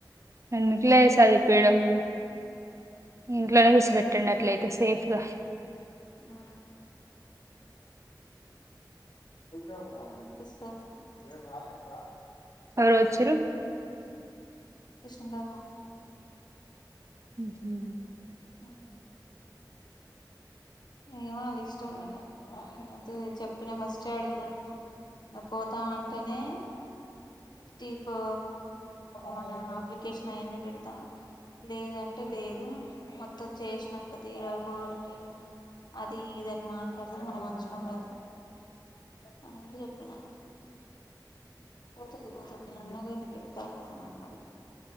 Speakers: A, on the right; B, on the left.
A: ఎందుకు ఇట్లేసది పేడము ఇంట్లోనే గుర్చపెట్టండి అట్లయితే సేఫ్ రా
B: ఆ ఆ చూసుకోల్ల
A: ఎవరో వచ్చిర్రు
B: కృష్ణమ్ గారి మావయ్య
A: ఊహు
B: ఆ ఏమో వాల్ల ఇష్టం ఇగ నేనైతే చెప్పిన ఫస్ట్ వచ్చి అడిగిన నేను పోతా అంటేనే తీపు మన అప్లికేషన్ అయన్నీ పెడతా లేదంటే లేదు మొత్తం చేసినాక తీర పోను నేను అది ఇదని మాట్లాడతే మల్లా మంచిగుండదు. అని కూడా చెప్పిన పోతది పోతది నేనున్నాగా నేను చెప్తా వత్తగా అని అన్నడు